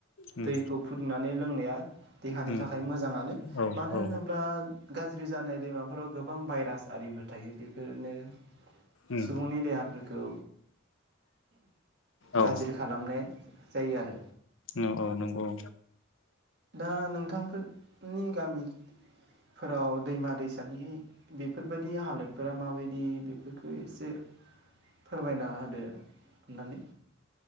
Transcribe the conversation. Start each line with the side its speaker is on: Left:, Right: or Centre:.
Left: उम
Right: दैखौ फुदुंनानै लो लोंनाया देहानि
Left: उम
Right: थाखाय मोजाङानो
Left: औ
Right: मानो
Left: औ
Right: होनोब्ला गाज्रि जानाय दैमाफोराव गोबां भाइरास आरिबो थायो बेफोरनो
Left: उम
Right: सुबुंनि फोरखौ
Left: औ
Right: गाज्रि खालामनाय जायो आरो
Left: औ औ नंगौ
Right: दा नोंथांफोरनि गामिफोराव दैमा दैसानि बेफोरबायदि हालोदफोरा माबायदि बि बेफोरखौ एसे फोरमायना होदो होननानै